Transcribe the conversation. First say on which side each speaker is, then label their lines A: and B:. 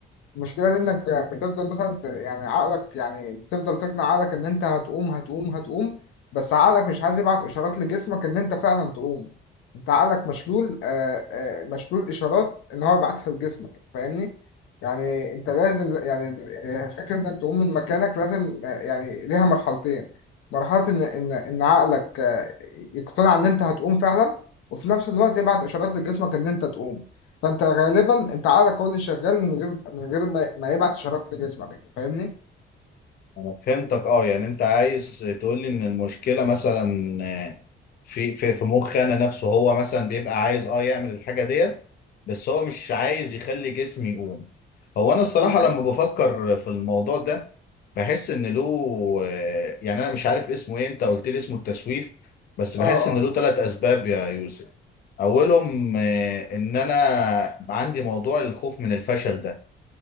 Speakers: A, on the left; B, on the left.
A: المشكلة دي انك بتفضل مثلا ت- يعني عقلك يعني بتفضل تقنع عقلك ان انت هتقوم هتقوم هتقوم بس عقلك مش عايز يبعت اشارات لجسمك ان انت فعلا تقوم انت عقلك مشلول آه آه مشلول اشارات ان هو يبعتها لجسمك فاهمني يعني انت لازم يعني آه، فكرة انك تقوم من مكانك لازم آه، يعني ليها مرحلتين مرحلة ان ان ان عقلك آه، يقتنع ان انت هتقوم فعلا وفي نفس الوقت يبعت اشارات لجسمك ان انت تقوم فانت غالبا انت عقلك هو اللي شغال من غير من غير ما, ما يبعت اشارات لجسمك انت فاهمني؟
B: انا فهمتك اه يعني انت عايز تقول لي ان المشكله مثلا آه، في في في مخ انا نفسه هو مثلا بيبقى عايز اه يعمل الحاجه ديت بس هو مش عايز يخلي جسمي يقوم هو انا الصراحه
A: بالظبط
B: لما بفكر في الموضوع ده بحس ان له آه، يعني انا مش عارف اسمه ايه انت قلت لي اسمه التسويف بس بحس
A: اه اه
B: ان له ثلاث اسباب يا يوسف اولهم آه، ان انا عندي موضوع الخوف من الفشل ده